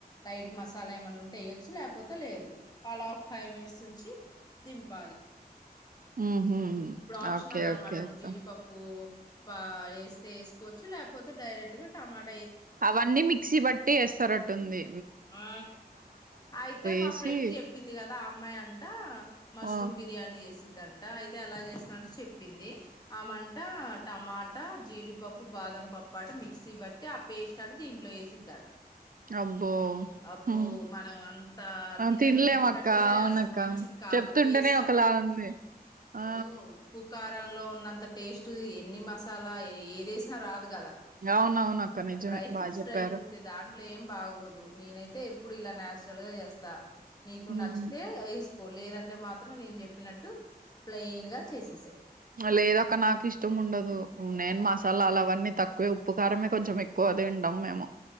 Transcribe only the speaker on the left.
లైట్ మసాలా ఏమైన్నా ఉంటే వేయొచ్చు లేకపోతే లేదు అలా ఒక ఫైవ్ మినిట్స్ ఉంచి దింపాలి.
ఇప్పుడు ఆప్షనల్
అనమాటను
జీడిపప్పు పా వేస్తే వేసుకోవచ్చు లేకపోతే డైరెక్ట్ గా టమాట్
ఆ అయితే మా
ఫ్రెండ్ చెప్పింది కదా ఆ అమ్మాయి అంటా మష్రూమ్
బిర్యానీ, యేసిద్దంట అయితే ఎలా చేస్తరంటే చెప్పింది, ఆమంట టమాటా జీడిపప్పు బాదం పప్పు అట మిక్సీ బట్టి ఆ పేస్ట్ ఆట దీంట్లో వేసిద్దట.
అబ్బో
మనం అంత
తినలేము
ఎందుకంటే
అసలు మంచిది కాదు
టేస్ట్
అనేది,
ఇప్పుడు
ఉప్పు కారాలు లో ఉన్నంత టేస్ట్ ఎన్ని మసాలా ఏదేసినా రాదు కదా
ఆ డ్రై ఫ్రూట్స్
డ్రై ఫ్రూట్స్ దాంట్లో ఏం బాగోదు నేనైతే ఎప్పుడు ఇలా నాచురల్ గా చేస్తా నీకు
నచ్చితే వేస్ కో లేదంటే మాత్రం నేను చెప్పినట్టు ప్లెయిన్గా చేసేసేయ్
ఆ